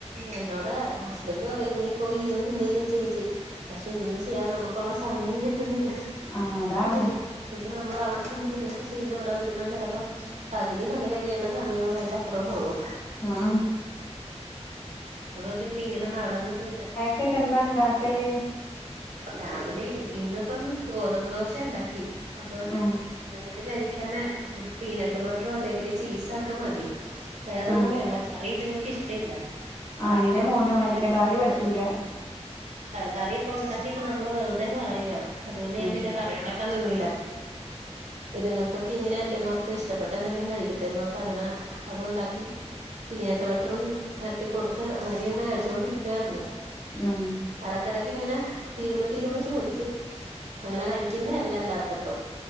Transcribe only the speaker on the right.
എന്നോട് ഹസ്ബന്റ് പറയും നീ പോയിഇരുന്ന് എന്തേലും ചെയ് ചെയ് പക്ഷെ ഇരുന്ന് ചെയ്യാൻ നമുക്കുള്ള സമയം കിട്ടുന്നില്ല
അതല്ലെ ഇത് നമ്മൾ അവിടെ കൊണ്ടി ഇരുന്ന് ചെയ്ത് ഇവിടെ വരുമ്പം ചെലപ്പം പകുതി പണി കഴിയേണ്ട സമയം അയിന്റെ അപ്പറം പോകും
അപ്പൊ പിന്നെ ഇങ്ങനെ നടന്ന്നിന്ന
രാവിലെ ഇന്നിപ്പം ഗോതമ്പ് ദോശ ഉണ്ടാക്കി അപ്പൊ
നിങ്ങക്ക് കഴിക്കാന്പീനട്ട് ബട്ടറ് അല്ലെങ്കില് ചീസ് ഒക്കെ മതി വേറൊന്നും
വേണ്ട കറി ഇത്ങ്ങക്ക് ഇഷ്ടല്ല കറിയൊന്നും
കൂട്ടി
കഴിക്കലില്ല
വേറുതെ കറിയൊക്കെ ഉണ്ടാക്കിട്ട് നമ്മള് വെറുതെ കളയുക അതുകൊണ്ട് ഞാൻ
പിന്നെ കറി ഉണ്ടാക്കാൻ നിന്നില്ല ഇതുങ്ങൾക്കൊക്കെ ഇങ്ങനെ അല്ലേ എന്നോർത്ത് ഇഷ്ടപ്പെട്ട് എന്തെങ്കിലും കഴിക്കട്ടെന്ന്ഓർത്ത് അങ്ങനെ അതുണ്ടാക്കി പീനട്ട് ബട്ടറും പരത്തി കൊടുത്ത് അങ്ങനെ ഇരുന്ന് കഴിച്ചുകൊണ്ടിരിക്കുവായിരുന്നു
ഇടക്കിടക്ക് ഇങ്ങനെ തീരുമ്പ തീരുമ്പോ ചോദിക്കും അങ്ങനെ കഴിക്കുന്ന അല്ലല്ലാത്തപ്പം